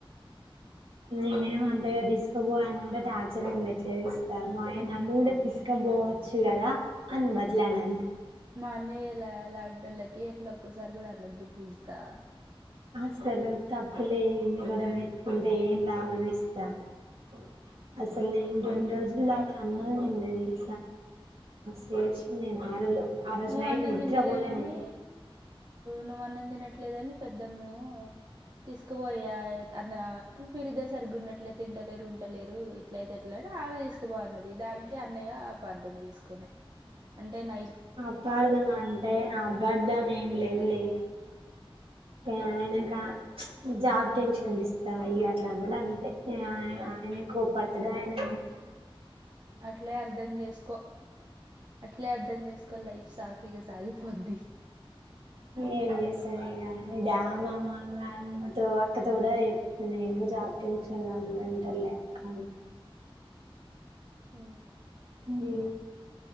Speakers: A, on the right (about 70°); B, on the right (about 45°).
A: నేనేం అంతగా తీసుకు ని కూడా ట ఆచర్గా ఉన్నట్లే ఇస్త మా ఆయ నన్ను కూడా తీసుకపోవచ్చు కదా అని బదిలేనే
B: మానేయ్యలా లాంటి వాళ్ళకి ఎట్లా ఒక్కసారి కూడా అనద్దు పూజా
A: అసలు తప్పులే నిగుదని ఇట్కుంటే ఏన్ లాభ అని ఇస్తా అఓ అసలు నేను రెండు రోజుల దాకా అన్ననండి చేసింది నేను ఆ రోజు ఆ రోజు
B: నువ్వు
A: నైట్
B: అన్నం
A: నిద్ర
B: తింటలేవని
A: పోలే నేను
B: నువ్వు అన్నం తినట్ లేదని పెద్దం మేము తీసుకుపోయా అన్న మీరిద్దరు సరిగ్గా ఉన్నట్లేయి తినలేరు ఉండలేరు ఇట్లయితే ఎట్ల ఆవి తీసుకుపోన్నది దానికి అన్నయ్యపర్థం చేసుకునే అంటే న
A: అపార్ధం అంటే అబార్ధం ఏం లేదులే కాని ఆయన కా జాబ్ టెన్షన్ అ ఇస్తా ఇ అట్లాంట అంతే ఆయన కోపడుతుడాడి
B: అట్లే అర్ధం చేసుకో అట్లే అర్ధం చేసుకోని లైఫ్ సాఫీగా సాగిపోద్ది
A: ఏ సర ఇద ఆ మ్మతో అక్కతో కూడా చెప్ప నేను జాతించ అను అంటారులే కానీ
B: హ
A: మీ